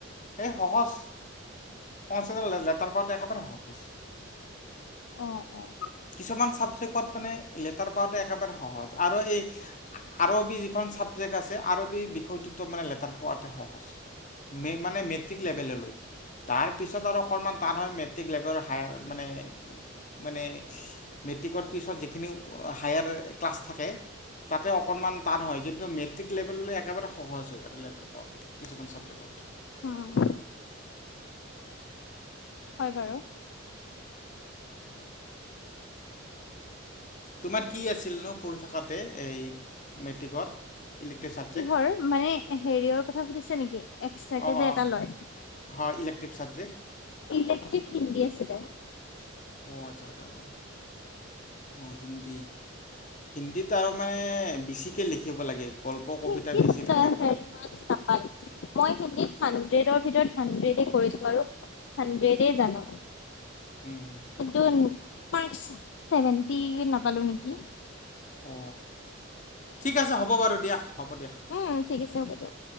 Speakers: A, on the left; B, on the left.
A: হে সহজ। সংস্কৃতত ল- লেটাৰ পোৱাটো একেবাৰে সহজ।
B: অ' - অ'।
A: কিছুমান ছাবজেকত মানে লেটাৰ পাওঁটো একেবাৰে সহজ আৰু এই আৰবী যিখন ছাবজেক আছে, আৰবী বিষয়টোতো মানে লেটাৰ পোৱাতে সহ হজ। মে- মানে মেট্ৰিক লেভেললৈ। তাৰ পিছত আৰু অকণমান টান হয়। মেট্ৰিক লেভেৰ হায়াৰ মানে - মানে মেট্ৰিকৰ পিছত যিখিনি হায়াৰ ক্লাছ থাকে, তাতে অকণমান টান হয়। কিন্তু মেট্ৰিক লেভেললৈ একেবাৰে সহজ হয় আৰু লেটাৰ পাওঁতে কিছুমান ছাবজেক্টত।
B: অ'। হয় বাৰু। <inaudible>
A: তোমাৰ কি আছিলনো পঢ়ি থকাতে এই মেট্ৰিকত? Elective subject?
B: কিহৰ মানে হেৰিৰ কথা সুধিছে নেকি এক্সট্ৰাকে
A: অ',
B: যে
A: অ',
B: এটা লয়
A: হয় ইলেক্টিভ ছাবজেক্ট।
B: ইলেক্ট্ৰভ হিন্দী আছিল। <inaudible>
A: অ' আচ্ছা, আচ্ছা, আচ্ছা। অ' হিন্দী। হিন্দীত আৰু মানে বেছিকে লিখিব লাগে। গল্প কবিতা
B: হিন্দীত
A: বেছি থাকে।
B: হেৰি মাক্স নাপায়, মই হিন্দীত হাণ্ড্ৰেডৰ ভিতৰত হাড্ৰেডে কৰিছোঁ আৰু হাণ্ড্ৰেডে জানো।
A: উম,
B: কিন্তু মাক্স ছেভেন্টি নাপালো নেকি?
A: অ ঠিক আছে হ'ব বাৰু দিয়া হ'ব দিয়া।
B: উম ঠিক আছে হ'ব দিয়ক